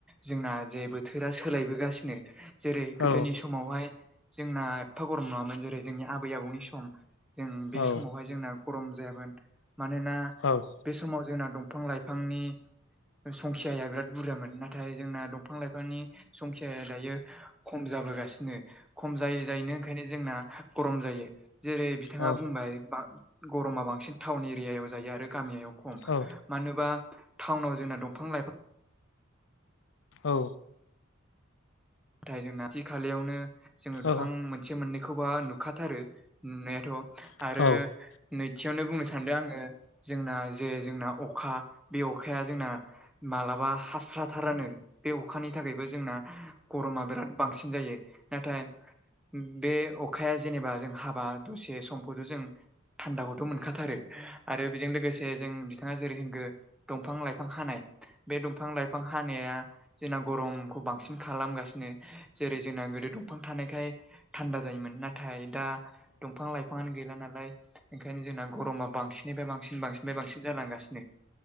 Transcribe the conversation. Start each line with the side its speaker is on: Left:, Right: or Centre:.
Centre: जोंना जे बोथोरा सोलायबोगासिनो जेरै
Left: औ
Centre: गोदोनि समावहाय जोंना एफा गरम नङामोन जेरै जोंनि आबै आबौनि सम। जों बे
Left: औ
Centre: समावहाय जोंना गरम जायामोन मानोना।
Left: औ।
Centre: बे समाव जोंना दंफां लाइफांनि संखियाया बिराद बुरजामोन नाथाय जोंना दं फां लाइफांनि संख्याया दायो खम जाबोगासिनो। खम जायै जायैन ओंखायनो जोंना गरम जायो जेरै बिथाङा
Left: औ
Centre: बुंबाय। गरमा बांसिन टाउन एरियायाव जायो आरो गामियायाव खम।
Left: औ
Centre: मानोबा टाउनाव जोंना दंफां-लाइफां
Left: औ।
Centre: नाथाय जोंना खाथि खालायावनो जोङो बिफां
Left: औ
Centre: मोनसे मोननैखौबा नुखाथारो नुनायाथ'।
Left: औ
Centre: आरो नैथियावनो बुंनो सानदो आङो जोंना जे जोंना अखा बे अखाया जोंना मालाबा हास्रााथारानो बे अखानि थाखायबो जोंना। गरमा बिराद बांसिन जायो नाथाय। बे अखाया जेनेबा जों हाबा दसे समखौथ' जों थान्दाखौथ' मोनखाथारो। आरो बेजों लोगोसे जों बिथाङा जेरै होनगो दंफां-लाइफां हानाय बे दंफां लाइफां हानाया जोंना गरमखौ बांसिन खालामगासिनो जेरै जोंना गोदो दंफां थानायखाय थान्दा जायोमोन नाथाय दा दंफां-लाइफां बिफाङानो गैला नालाय ओंखायनो जोंना गरमा बांसिननिफ्राय बांसिन बांसिननिफ्राय बांसिन जालांगासिनो